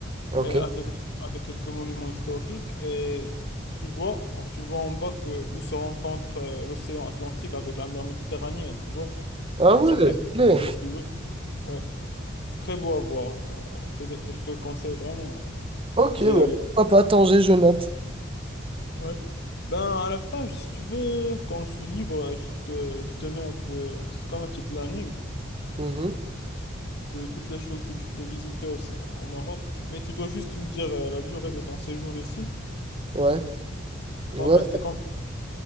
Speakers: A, on the right (about 30°); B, on the left (about 60°).
A: Ok.
B: euh, avec, avec quelques monuments historiques et tu vois, tu vois en bas que, où se rencontre euh, l'océan Atlantique avec la mer Méditerranéenne, tu vois.
A: Ah
B: Genre,
A: ouais,
B: ça fait une
A: stylé.
B: très belle vue. Ouais. C'est très beau à voir. genre, euh, je te, dé- je te conseille vraiment hein,
A: Ok,
B: d'y
A: bah,
B: aller.
A: pourquoi pas Tanger, je note.
B: Ouais. Ben, à la fin, si tu veux, quand je suis libre, euh, je te, je te mets un peu. C'est comme un petit planning
A: Mhm.
B: de toutes les choses que tu peux visiter au, au Maroc. Mais tu dois juste me dire euh, la durée de ton séjour ici.
A: Ouais, ouais.
B: Quand rester combien?